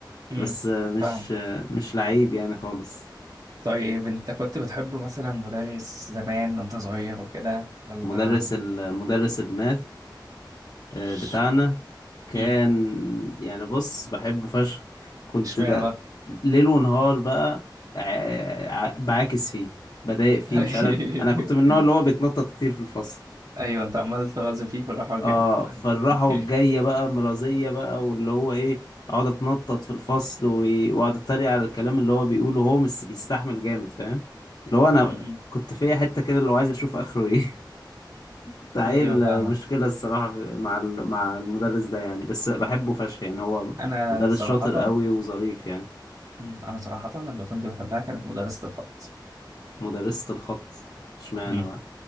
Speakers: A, on the right; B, on the left.
A: امم
B: بس مش
A: فاهم
B: مش لعيب يعني خالص
A: طيب انت كنت بتحب مثلا مدرس زمان وانت صغير وكده ولا
B: مدرس المدرس الماث آه،
A: ش-
B: بتاعنا كان
A: امم
B: يعني بص بحبه فشخ كنت
A: اشمعنى
B: بقى
A: بقى
B: ليل ونهار بقى ع- ع- بعاكس فيه بضايق فيه
A: <laughs>
B: مش عارف انا كنت من النوع اللي هو بيتنطط كتير في الفصل
A: ايوه انت عمال تغاظ فيه في الراحه الجايه
B: اه
A: <laughs>
B: فالراحة والجاية بقى مرازية بقى واللي هو ايه اقعد اتنطط في الفصل و- واقعد اتريق على الكلام اللي هو بيقوله هو مش بيستحمل جامد فاهم اللي هو انا
A: م-م.
B: كنت فيا حتة كده اللي هو عايز اشوف اخره ايه تعيل
A: ايوه فاهمك
B: مشكلة الصراحة في- مع ال- مع المدرس ده يعني بس بحبه فشخ يعني هو
A: انا
B: مدرس
A: صراحه
B: شاطر قوي وظريف يعني
A: م، انا صراحه اللي كنت بحبها كانت مدرسه الخط
B: مدرسة الخط اشمعنى
A: م.
B: بقى